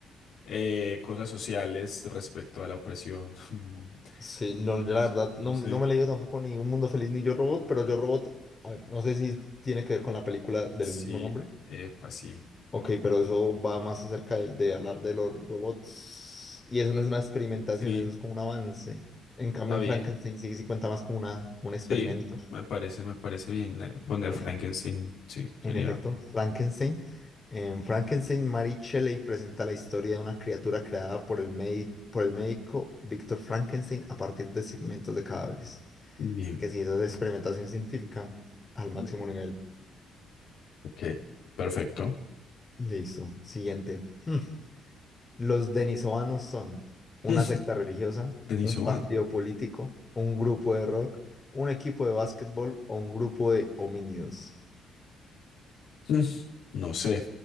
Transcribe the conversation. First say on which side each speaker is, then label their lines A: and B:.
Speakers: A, on the left (about 70°); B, on the left (about 30°).
A: eh, cosas sociales respecto a la opresión. <laughs>
B: Sí, no, yo
A: No,
B: la
A: s-
B: verdad no,
A: no sé.
B: no me he leído tampoco ni Un Mundo Feliz ni Yo Robot, pero Yo Robot, a ver, no sé si tiene que ver con la película del
A: Sí,
B: mismo nombre.
A: eh, pues sí.
B: Ok, pero eso va más acerca del- de, hablar de los robots. Y eso no es una experimentación,
A: Sí,
B: eso es como un avance. En cambio,
A: está bien.
B: en Frankenstein sí, sí cuenta más como una, un experimento.
A: Sí, me parece, me parece bien eh, poner
B: Pues,
A: Frankenstein.
B: en
A: Sí, sería
B: en efecto, Frankenstein. En Frankenstein, Mary Shelley presenta la historia de una criatura creada por el, médi- por el médico Víctor Frankenstein a partir de segmentos de cadáveres.
A: bien.
B: Que sí, eso es experimentación científica al máximo
A: Ujú.
B: nivel.
A: Ok, perfecto.
B: Listo. Siguiente. <laughs> Los denisovanos son una
A: <laughs>
B: secta religiosa,
A: Denis
B: un
A: Oban.
B: partido político, un grupo de rock, un equipo de básquetbol o un grupo de homínidos.
A: <laughs> No sé.